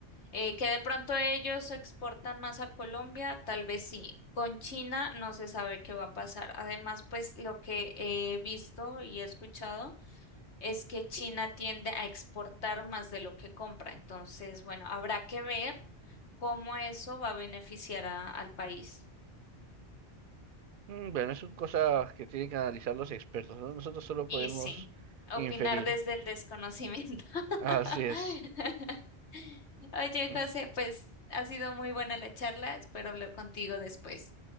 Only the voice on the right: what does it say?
Mm, Bueno, es son cosas que tienen que analizar los expertos, ¿no? Nosotros solo
podemos
inferir.
Así es.
<laughs>